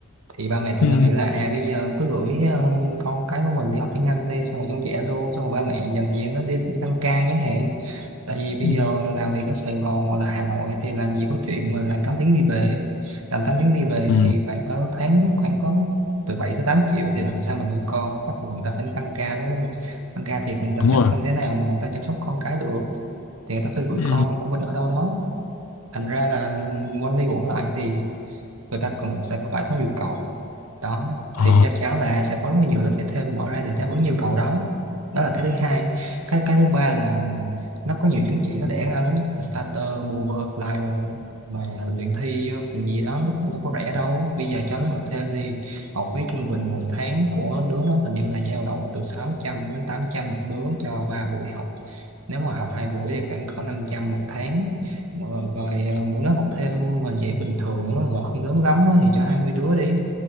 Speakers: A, on the right; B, on the left.
A: thì ba mẹ tụi
B: Ừ.
A: nó nghĩ là à bây giờ cứ gửi ờ, con cái của mình đi học tiếng Anh đi xong rồi trông trẻ luôn xong rồi ba mẹ dành thời gian nó đi đi tăng ca chẳng hạn tại vì bây
B: Ừ.
A: giờ làm việc ở Sài Gòn hoặc là Hà Nội thì làm gì có chuyện mà làm 8 tiếng đi về làm 8 tiếng đi về
B: Ừ.
A: thì khoảng có tháng khoảng có từ 7 tới 8 triệu thì làm sao mà nuôi con bắt buộc người ta phải tăng ca đúng không tăng ca thì người ta sẽ
B: Đúng rồi.
A: không thể nào mà người ta chăm sóc con cái được thì người ta phải gửi
B: Ừ.
A: con của mình ở đâu đó thành ra là ừ, quanh đi quẩn lại thì người ta cần sẽ phải có nhu cầu đó
B: Ờ.
A: thì chắc chắn là sẽ có rất là nhiều lớp dạy thêm mở ra để đáp ứng nhu cầu đó đó là cái thứ hai cái cái thứ ba là nó có nhiều chứng chỉ nó đẻ ra lắm là starter mover flyer mà luyện thi còn gì đó nó cũng đâu có rẻ đâu bây giờ cho nó học thêm đi học phí trung bình một tháng của đứa nó hình như là dao động từ 600 đến 800 một đứa cho 3 buổi học nếu mà học hai buổi thì khoảng cỡ 500 một tháng Mà rồi à, mỗi lớp học thêm mà dạy bình thường á, rồi không lớn lắm á, thì cho 20 đứa đi